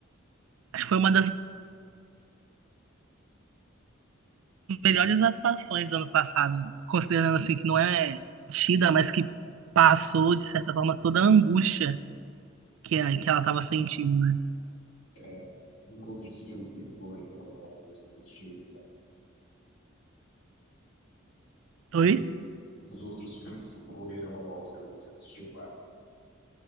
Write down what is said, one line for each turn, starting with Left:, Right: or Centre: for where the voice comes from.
Right: acho que foi uma das melhores atuações do ano passado, considerando, assim, que não é tida, mas que passou, de certa forma, toda a angústia que, é- que ela tava sentindo, né?
Left: é, dos outros filmes que concorreram ao Oscar, se assistiu, quase.
Right: Oi?
Left: dos outros filmes que concorreram ao Oscar, você assistiu quase.